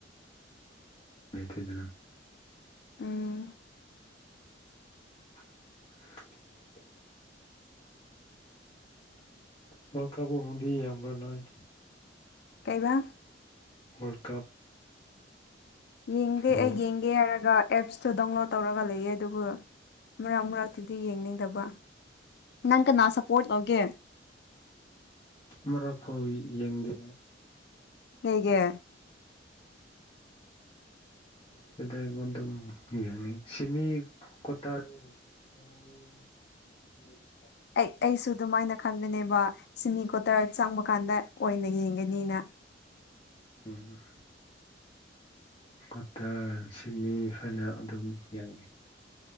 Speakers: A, on the left; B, on the left.
A: ꯀꯗꯅ <unintelligible>
B: ꯎꯝ
A: <unintelligible> ꯋꯥꯜ ꯀꯞ ꯀꯨꯝꯕꯗꯤ ꯌꯦꯡꯕꯔ ꯅꫭꯏ
B: ꯀꯩꯕꯥ
A: ꯋꯥꯜ ꯀꯞ
B: ꯌꯦꯡꯗꯦ
A: ꯕꯣꯜ
B: ꯑꯩ ꯌꯦꯡꯒꯦ ꯍꯥꯏꯔꯒ ꯑꯦꯞꯁꯇꯨ ꯗꯥꯎꯟꯂꯣꯠ ꯇꯧꯔꯒ ꯂꯩꯌꯦ ꯑꯗꯨꯕꯨ ꯃꯔꯛ ꯃꯔꯛꯇꯨꯗꯤ ꯌꯦꯡꯅꯤꯡꯗꯕ ꯅꯪ ꯀꯅꯥ ꯁꯞꯄꯣꯔꯠ ꯇꯧꯒꯦ
A: ꯃꯔꯛ ꯐꯥꯎ ꯌꯦꯡꯗꯦ
B: ꯀꯩꯒꯤ
A: ꯁꯤꯥꯏꯗ ꯑꯩꯉꯣꯟ ꯑꯗꯨꯝ ꯌꯦꯡꯅꯤ ꯁꯤꯃꯤ ꯀꯇꯥꯔ <unintelligible> ꯎꯝ ꯐ <unintelligible>
B: ꯑꯩ ꯑꯩꯁꯨ ꯑꯗꯨꯃꯥꯏꯅ ꯈꯟꯕꯅꯦꯕ ꯁꯤꯃꯤ ꯀꯣꯇꯔ ꯆꯪꯕ ꯀꯥꯟꯗ ꯑꯣꯏꯅ ꯌꯦꯡꯒꯅꯤꯅ
A: ꯎꯝ ꯀꯣꯠꯇꯔ ꯁꯤꯃꯤ ꯐꯥꯏꯅꯦꯜ ꯑꯗꯨꯝ ꯌꯦꯡꯉꯤ